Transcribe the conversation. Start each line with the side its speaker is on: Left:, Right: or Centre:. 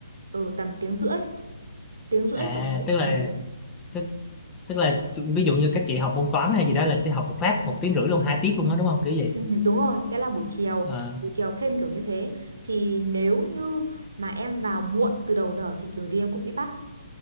Right: ừ tầm tiếng rưỡi tiếng rưỡi
Left: à
Right: tầm đấy
Left: tức là
Right: tầm đấy
Left: tức, tức là ví dụ như các chị học môn toán hay gì đó là sẽ học một phát một tiếng rưỡi luôn hai tiết luôn đó đúng không kiểu vậy
Right: Ừ, đúng rồi, sẽ là buổi chiều,
Left: à,
Right: buổi chiều thêm kiểu như thế. Thì nếu như mà em vào muộn từ đầu giờ thì kiểu gì em cũng bị bắt.